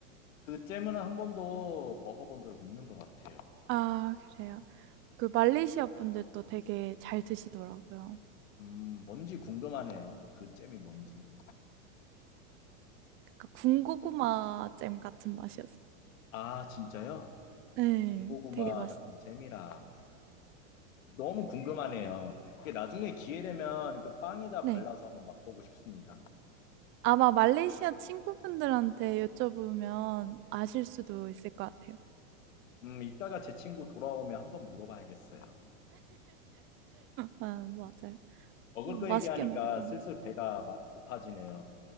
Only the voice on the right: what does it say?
아, 그래요. 그 말레이시아 분들도 되게 잘 드시더라고요.
그러니까 군고구마 잼 같은 맛이었어요.
네,
되게 맛있어요.
네.
아마 말레이시아 친구분들한테 여쭤보면 아실 수도 있을 것 같아요.
아, 맞아요.
음,
맛있게
먹었던
것라